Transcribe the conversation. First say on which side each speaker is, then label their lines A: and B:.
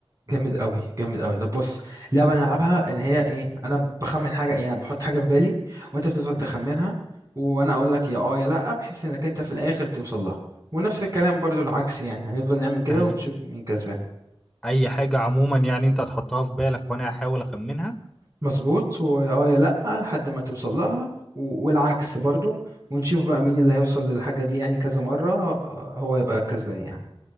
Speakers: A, on the right; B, in the centre.
A: جامد قوي جامد قوي طب بص اللعبة نلعبها ان هي ايه انا بخمن حاجة يعني بحط حاجة في بالي وانت بتفضل تخمنها
B: مم.
A: وانا اقول لك يا اه يا لا بحيث انك انت في الاخر توصل لها ونفس الكلام برضو العكس يعني هنفضل نعمل كده
B: اي
A: ونشوف مين كسبان
B: اي حاجه عموما يعني انت هتحطها في بالك وانا هحاول اخمنها
A: مظبوط واه يا لأ لحد ما توصل لها و- والعكس برضو ونشوف بقى مين اللي هيوصل للحاجة دي يعني كذا مرة آه، هو يبقى الكسبان يعني